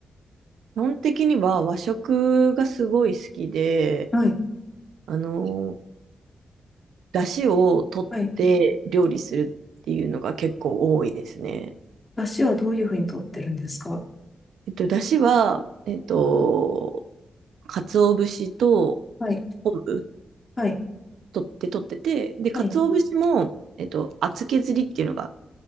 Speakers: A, on the right; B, on the left.
A: 基本的には和食がすごい好きで、
B: はい。
A: あの、出汁を取って料理するっていうのが結構多いですね。
B: はい。出汁はどういうふうに取ってるんですか
A: えっと、出汁は、えっと、鰹節と
B: はい。
A: 昆布
B: はい。
A: 取って取ってて、で、
B: はい。
A: 鰹節も、えっと、厚削りっていうのが、